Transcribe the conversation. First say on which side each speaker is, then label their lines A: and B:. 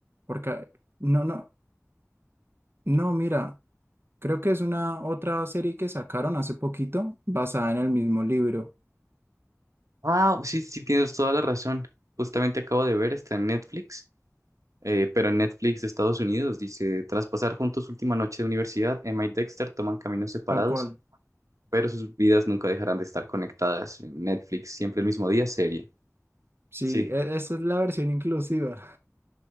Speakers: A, on the right; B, on the right.
A: porque a- no, no, no, mira, creo que es una otra serie que sacaron hace poquito basada en el mismo libro,
B: Ah, sí, sí, tienes toda la razón. Justamente acabo de ver, está en Netflix. Eh, pero en Netflix de Estados Unidos dice, tras pasar juntos última noche de universidad, Emma y Dexter toman caminos separados
A: tal cual.
B: pero sus vidas nunca dejarán de estar conectadas. En Netflix, siempre el mismo día, serie.
A: Sí,
B: Sí.
A: e- esa es la versión inclusiva